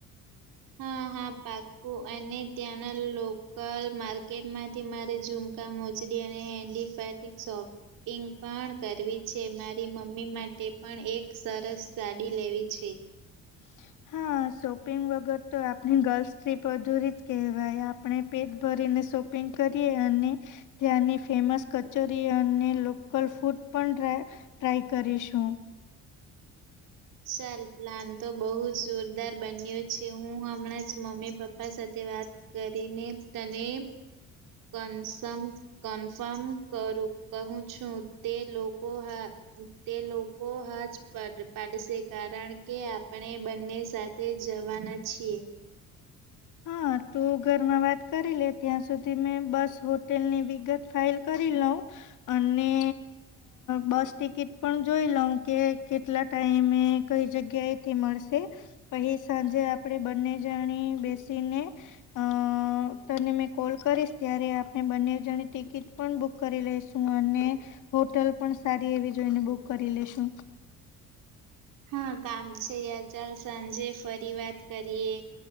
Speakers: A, on the right (about 75°); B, on the left (about 70°).
A: હા હા પાક્કું અને ત્યાંના લોકલ માર્કેટ માંથી મારે ઝુમકા મોચડી અને હેન્ડી ફ માંથી શોપ પિંગ પણ કરવી છે મારી મમ્મી માટે પણ એક સરસ સાડી લેવી છે.
B: <inaudible> હા શોપિંગ વગર તો આપણી ગર્લ્સ ટ્રીપ અધૂરી જ કહેવાય આપણે પેટ ભરીને શોપિંગ કરીએ અને ત્યાંની ફેમસ કચોરી અને લોકલ ફૂડ પણ ડ્રા ટ્રાય કરીશું
A: સાલ પ્લાન તો બહુ જોરદાર બન્યો છે હું હમણાં જ મમ્મી પપ્પા સાથે વાત કરીને તને કન્સમ કન્ફર્મ કરું કહું છું તે લોકો હા તે લોકો હા જ પાડ પાડસે કારણ કે આપણે બંને સાથે જવાના છીએ
B: હા તુ ઘરમાં વાત કરી લે ત્યાં સુધી મેં બસ હોટેલની વિગત ફાઇલ કરી લઉં. અને બસ ટિકિટ પણ જોઈ લઉ કે કેટલા ટાઈમે કઈ જગ્યાએથી મળશે અહી સાંજે આપણેે બંને જાણી બે શીને અ તને મે કોલ કરીશ ત્યારે આપણે બંને જણી ટિકિટ પણ બુક કરી લઈસું અને હોટલ પણ સારી એવી જોઈને બુક કરી લેશુ
A: હા કામ છે યાર ચાલ સાંજે ફરી વાત કરીએ.